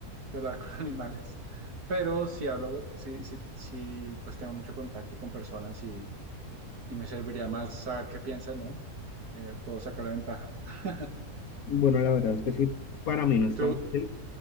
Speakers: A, on the right; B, on the left.
A: de hablar con <laughs> animales, pero si hablo, si, si, si pues tengo mucho contacto con personas y, y me serviría más saber qué piensan, ¿no? Eh, puedo sacarle ventaja. <laughs>
B: Bueno, la verdad es que sí, para mí no es
A: Y tú,
B: tan fácil.